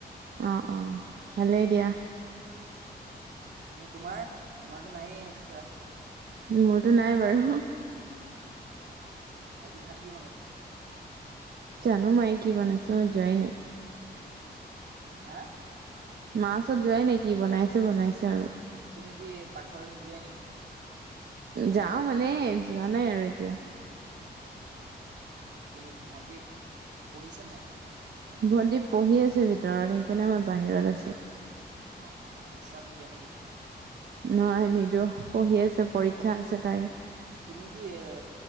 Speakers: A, on the right; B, on the right.
A: অহ', অহ' ভালেই দিয়া।
B: উম এনে তোমাৰ। তোমাৰতো নাইয়ে এক্সট্ৰা।
A: মোৰতো নাই বাৰু
B: আজি ভাত কি বনাইছা?
A: জানো মায়ে কি বনাইছো, মই যোৱাই নই।
B: হা?
A: মা ওচৰত যোৱাই নাই কি বনাইছে বনাইছে আৰু।
B: তুমি কি, পাকঘৰলৈ নোযোৱাই নেকি?
A: যাওঁ মানে, যোৱা নাই আৰু এতিয়া।
B: অহ', অহ' মই কি ভণ্টি পঢ়িছে নে নাই?
A: ভণ্টি পঢ়ি আছে ভিতৰত। সেইকাৰণে মই বাহিৰত আছোঁ।
B: অহ', অহ' ডিচাৰ্ব নিদিয়া নেকি?
A: নহয় নিদিওঁ, পঢ়ি আছে পৰীক্ষা আছে তাইৰ।
B: তুমি কি এ